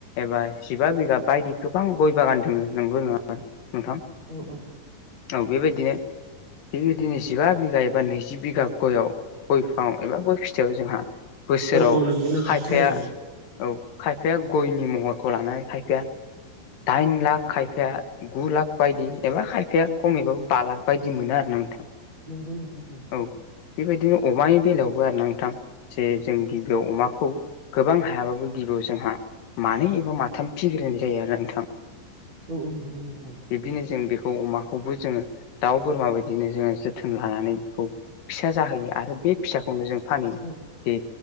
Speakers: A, on the left; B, on the right.
A: एबा जिबा बिगा बायदि गोबां गय बागान दङो नंगौ नङा नोंथां?
B: औ औ
A: औ बेबायदिनो थिगबायदिनो जिबा बिघा एबा नैजि बिघा गयाव गय बि फाङाव एबा गय फिथाइयाव जोंहा बोसोराव
B: औ नंगौ नोंथां
A: खायफाया
B: थारैनो
A: औ खायफाया गयनि महरखौ लानानै खायफाया दाइन लाख खायफाया गु लाख बायदि एबा खायफाया खमैबो बा लाख बायदि मोनो आरोना नोंथां।
B: नोंगौ नोंथां।
A: औ बेबायदिनो अमानि बेलायावबो आरोना नोंथां जे जों गिबियाव अमाखौ गोबां हायाबाबो गिबियाव जोंहा मानै एबा माथाम फिग्रोनाय जायो आरोना नोंथां।
B: औ औ नंगौ नोंथां।
A: बिदिनो जों बेखौ अमा खौबो जोङो दाउ बोरमा बायदिनो जोङो जोथोन लानानै बेखौ फिसा जाहोयो आरो बे फिसाखौनो जों फानो
B: औ
A: बे